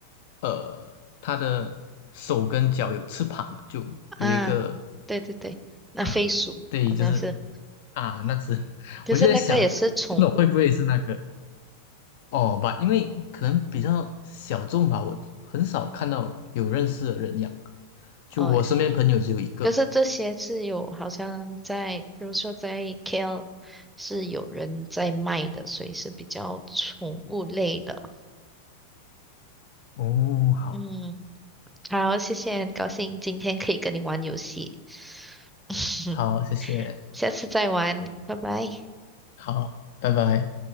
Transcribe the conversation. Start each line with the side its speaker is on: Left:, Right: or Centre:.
Left: 呃，它的手跟脚有翅膀了，就有一个
Centre: 啊，对对对，那飞鼠好像是，
Left: 啊，对，就是啊那只，<laughs>
Centre: 可是那个也是宠物，
Left: 我就在想，不懂会不会是那个哦吧，因为可能比较小众吧，我很少看到有认识的人养，就我身边朋友只有一个。
Centre: 哦。可是这些是有好像在，比如说在 KL 是有人在卖的，所以是比较宠物类的。
Left: 哦，好，
Centre: 嗯，好，谢谢，很高兴今天可以跟你玩游戏，<laughs>
Left: 好，谢谢，
Centre: 下次再玩，拜拜。
Left: 好，拜拜。